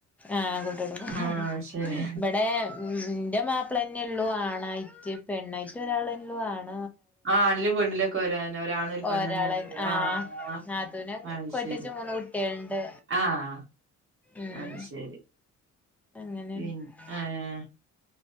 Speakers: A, in the centre; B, on the right.
A: ആഹ് കുട്ടി <unintelligible>
B: ആഹ് ശരി
A: ഇബടെ ഇന്റെ മാപ്പിളന്നെ ഉള്ളൂ ആണായിട്ട് പെണ്ണായിട്ട് ഒരാൾ ഒള്ളു ആണ
B: ആഹ് ആണിലും പെണ്ണിലെക്കെ ഇക്ക് ഒരാണ്. ഒരാണും ഒരു പെണ്ണും
A: ഒരാളെ
B: തന്നെ <unintelligible>
A: ആഹ്
B: ആഹ്
A: നാത്തൂനെ
B: <unintelligible>
A: കെട്ടിച്ച്
B: ശരി.
A: മൂന്ന് കുട്ടികളുണ്ട്
B: ആഹ്
A: ഉം
B: അഹ് ശരി.
A: <unintelligible>
B: പിന്നെ ഏഹ്